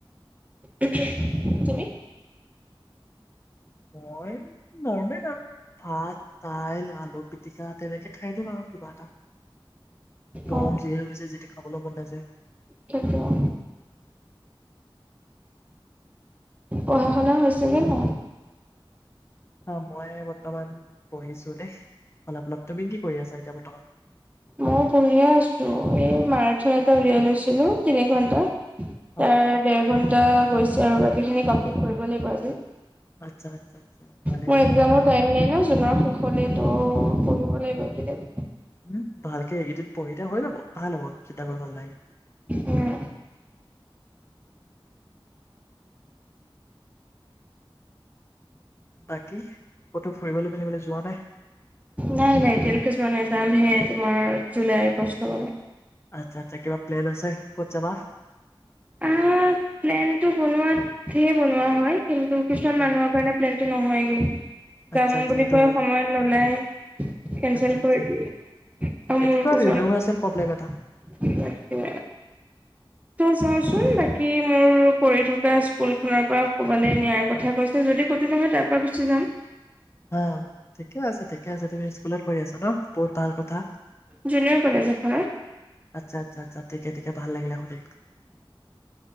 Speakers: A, on the right; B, on the left.
A: উহ্উম, তুমি।
B: মই, নৰ্মেল আৰু ভাত, দাইল, আলু পিটিকা তেনেকে খাই দিম আৰু কিবা এটা। গৰম
A: অ
B: যিহেতু হৈছে যি-তি খাবলৈও মন নাযায়।
A: সেইটোও পঢ়া-শুনা হৈছেগে ন।
B: অ', মই বৰ্তমান পঢ়িছো দেই, অলপ-অলপ তুমি কি কৰি আছা এতিয়া বৰ্তমান।
A: মই পঢ়িয়ে আছো। এই মাৰাঠী এটা উলিয়াই লৈছিলোঁ। তিনি ঘন্টাৰ
B: অ'।
A: তাৰ, ডেৰ ঘণ্ট টা গৈছে আৰু বাকীখিনি কমপ্লিত কৰিব লাগিব আজি।
B: আচ্ছা আচ্ছা আচ্ছা ভালে
A: মোৰ
B: ভালে
A: এক্সামৰ
B: ভালে
A: টাইম নাই ন' জুনৰ। হলেতো, পঢ়িব লাগিব এইকেইটা দি
B: উম ভালকে এইকেইদিন পঢ়ি থাকা হ‌ই যাব। ভাল হ'ব, চিন্তা কৰিব নালাগে।
A: উম
B: বাকী, ক'তো ফুৰিবলে-মেলিবলে যোৱা নাই।
A: নাই-নাই, এতিয়ালৈকে যোৱা নাই যামহে তোমাৰ জুলাই আগষ্ট মানত
B: আচ্ছা-আচ্ছা কিবা প্লেন আছে ক'ত যাবা
A: আহ, প্লেনটো বনোৱাত ধেৰ বনোৱা হয় কিন্তু কিছুমান
B: হা,
A: মানুহৰ কাৰণে প্লেন সিটো নহয়গে
B: আচ্ছা
A: যাম
B: আচ্ছা
A: বুলি
B: সেইটো
A: কৈ
B: হয় বাৰু।
A: সময়ত নোলায় কেনচেল
B: আচ্ছা আচ্ছা
A: কৰি দিয়ে আৰু
B: এইটোতো
A: মোৰো
B: আৰু
A: কিছুমান
B: ইউনিভাৰ্চেল প্ৰব্লেম এটা
A: তাকে তো চাওচোন বাকী মোৰ পঢ়ি থকা স্কুলখনৰ পৰা কৰবালে নিয়াৰ কথা কৈছিল। যদি ক'তো নহয়, তাৰ পৰা গুচি যাম।
B: হা বা ঠিকে আছে-ঠিকে আছে। তুমি স্কুলত কৰি আছা ন' বহুত ভাল কথা।
A: জুনিয়ৰ কলেজ এখনত
B: আচ্ছা-আচ্ছা-আচ্ছা। ঠিকে-ঠিকে ভাল লাগিলে শুনি।